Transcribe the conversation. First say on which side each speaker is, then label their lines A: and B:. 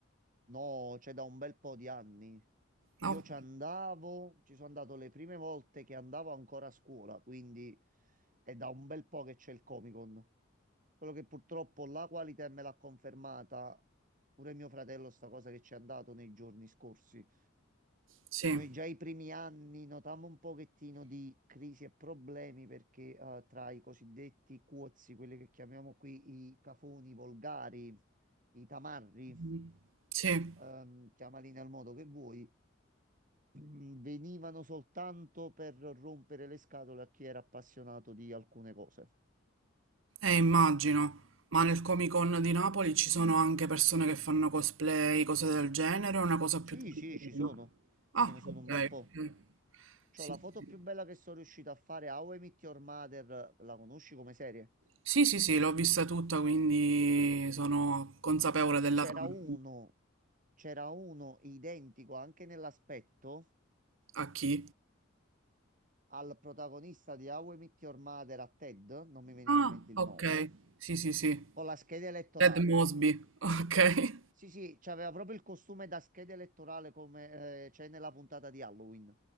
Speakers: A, on the right; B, on the right.
A: no, c'è da un bel po' di anni. Io
B: No?
A: ci andavo, ci sono andato le prime volte che andavo ancora a scuola, quindi è da un bel po' che c'è il Comic Con. Quello che purtroppo la qualità me l'ha confermata pure mio fratello sta cosa che ci è andato nei giorni scorsi.
B: Sì.
A: Noi già i primi anni notammo un pochettino di crisi e problemi perché eh, tra i cosiddetti cuozzi, quelli che chiamiamo qui i cafoni volgari, i tamarri,
B: Mm, Sì, eh,
A: ehm, chiamali nel modo che vuoi, <clears throat> mm, venivano soltanto per rompere le scatole a chi era appassionato di alcune cose.
B: immagino. Ma nel Comic-Con di Napoli ci sono anche persone che fanno cosplay, cose del genere, o è una cosa
A: Sì,
B: più tranquilla?
A: sì, ci sono,
B: Ah,
A: ce ne sono
B: ok,
A: un bel po'.
B: ok.
A: C'ho
B: Sì,
A: la
B: sì,
A: foto più bella che sono riuscito a fare a How I Met Your Mother, la conosci come serie?
B: sì, sì, sì, l'ho vista tutta, quindi sono consapevole della
A: C'era
B: trama.
A: uno C'era uno identico anche nell'aspetto
B: A chi?
A: al protagonista di How I Met Your Mother a Ted, non mi veniva
B: Ah,
A: in mente il
B: ok.
A: nome,
B: Sì, sì, sì.
A: con la scheda elettorale.
B: Ted Mosby. <laughs> Ok.
A: Sì, sì, c'aveva proprio il costume da scheda elettorale come eh, c'è nella puntata di Halloween.